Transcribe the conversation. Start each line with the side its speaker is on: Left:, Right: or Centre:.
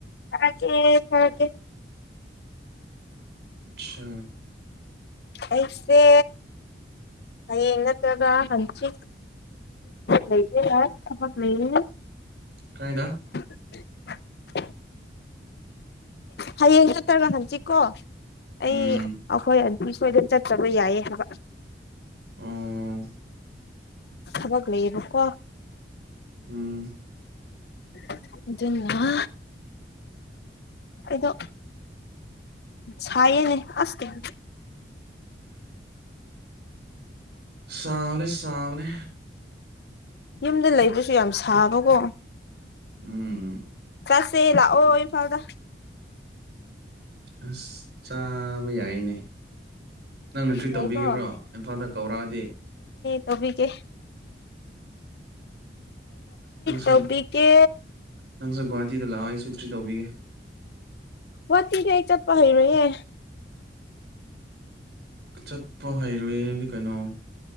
Left: ꯊꯀꯦ ꯊꯒꯦ
Right: ꯑꯆꯥ
Left: ꯑꯩꯁꯦ ꯍꯌꯦꯡ ꯅꯠꯇ꯭ꯔꯒ ꯍꯪꯆꯤꯠ ꯂꯩ ꯌꯥ ꯊ ꯂꯩ ꯂꯩꯦ
Right: ꯀꯥꯏꯗ
Left: <unintelligible> ꯍꯌꯦꯡ ꯅꯠꯇ꯭ꯔꯒ ꯍꯪꯁꯤꯀꯣ ꯑꯩ
Right: ꯎꯝ
Left: ꯑꯩꯈꯣꯏ ꯑꯩꯈꯣꯏꯗ ꯆꯠꯆꯕ ꯌꯥꯏꯌꯦ ꯍꯥꯏꯕ
Right: ꯑꯣ
Left: ꯍꯕꯒꯂꯕꯀꯣ
Right: ꯎꯝ
Left: ꯑꯗꯨ ꯑꯗꯨꯅ ꯑꯩꯗꯣ ꯆꯌꯦꯅꯦ ꯑꯁꯦ <inaudible>
Right: ꯁꯝꯅꯦ ꯁꯝꯅꯦ
Left: ꯌꯨꯝꯗ ꯂꯩꯕꯁꯨ ꯌꯥꯝ ꯁꯥꯕꯀꯣ
Right: ꯎꯝ
Left: ꯀꯁꯦ ꯂ ꯑꯣ ꯏꯐꯥꯎꯗ
Right: ꯑꯁ ꯆꯥꯕ ꯌꯥꯏꯅꯦ ꯅꯪ ꯅꯠꯇ꯭ꯔꯤ ꯇꯧꯕꯤꯈꯤꯕ꯭ꯔꯣ
Left: ꯌꯥꯏꯀꯣ
Right: ꯏꯝꯐꯥꯜꯗ ꯀꯧꯔꯛꯑꯗꯤ
Left: ꯇꯕꯤ ꯀꯦ
Right: ꯅꯪꯁꯨ
Left: ꯇꯧꯕꯤꯒꯦ
Right: ꯅꯪꯁꯨ ꯒꯋꯥꯍꯥꯇꯤꯗ ꯂꯋꯥ ꯭ꯔꯤ ꯇꯧꯕꯤꯒꯦ
Left: ꯋꯥꯛꯀꯤꯛꯗꯤ ꯑꯩ ꯆꯠꯄ ꯍꯩꯔꯣꯏꯍꯦ
Right: ꯆꯠꯄ ꯍꯩꯔꯣꯏ ꯍꯥꯏꯕꯤ ꯀꯩꯅꯣ